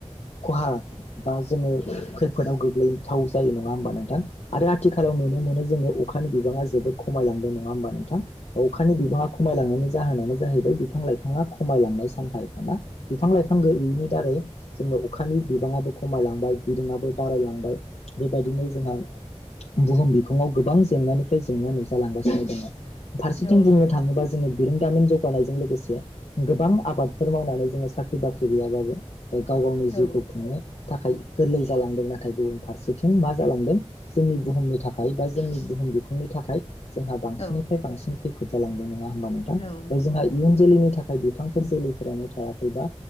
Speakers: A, on the left; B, on the left.
A: खहा बा जोङो खैफोदाव गोग्लै थाव जायो नङा होमबा नोंथां। आरो आथिखालाव नुनो मोनो जोङो खानि बिबाङा जोबोर खमायलांदो नङा होमबा नोंथां? अखानि बिबाङा खमायलांनायनि जाहोनानो जाहैबाय बिफां लाइफाङा खमायलांनाय सानफा एफा ना बिफां लाइफां गैयिनि दारै जोङो अखानि बिबाङाबो ख खमायलांबाय बिदुंआबो बारायलांबाय बेबायदिनो जोंहा बुहुम बिखङाव गोबां जेंनानिफ्राय जेंना नुजालांगासिनो दङ' फारसेथिं
B: औ
A: बुंनो थाङोबा जोङो बिरों दामिन जे गानायजों लोगोसे गोबां आबादफोर मावनानै जोङो साख्रि बाख्रि गैयाबाबो गाव गावनि जिउखौ
B: औ
A: खुंनो थाखाय गोरलै जालांदों ना थाय गुबुन फारसेथिं मा जालांदों जोंनि बुहुमनि थाखाय बा जोंनि बुहुम बिखुंनि थाखाय जोंहा बांसिननिफ्राय
B: औ
A: बांसिन खै फोद जालांदों नङा होमबा नोंथां‌
B: औ
A: जोंहा
B: नंगौ
A: इयुन जोलैनि थाख खाय बिफांफोर जोलैफोरानो थायाखै बा